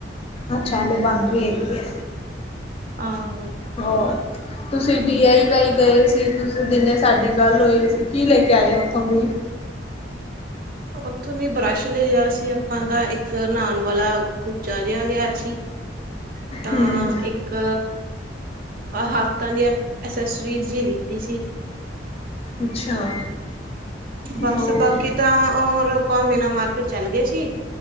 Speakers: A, on the left; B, on the right.
A: ਅੱਛਾ ਹਲੇ ਬਣ ਰਹੀ ਹੈਗੀ ਐ।
B: ਆਹੋ,
A: ਹੋਰ ਤੁਸੀਂ ਡੀ ਆਈ ਵਾਈ ਗਏ ਸੀ, ਤੁਸੀਂ ਦਿਨੇ ਸਾਡੀ ਗੱਲ ਹੋਈ ਸੀ। ਕੀ ਲੈ ਕੇ ਆਏ ਉੱਥੋਂ ਦੀ,
B: ਉੱਥੋਂ ਦੀ ਬਰੱਸ਼ ਲਿਆ ਸੀ, ਆਪਾਂ ਦਾ ਇੱਕ ਨਹਾਣ ਵਾਲਾ ਕੁਚਾ ਜਿਹਾ ਲਿਆ ਸੀ। ਤਾਂ
A: ਹਮ
B: ਇੱਕ, ਹੱਥਾਂ ਦੀਆਂ ਅਸੈਸਰੀਜ਼ ਵੀ ਲਿੱਤੀ ਸੀ,
A: ਅੱਛਾ,
B: ਬਸ
A: ਹੋਰ
B: ਬਾਕੀ ਤਾਂ ਹੋਰ ਆਪਾਂ ਮੀਨਾ ਮਾਰਕੀਟ ਚੱਲ ਗਏ ਸੀ।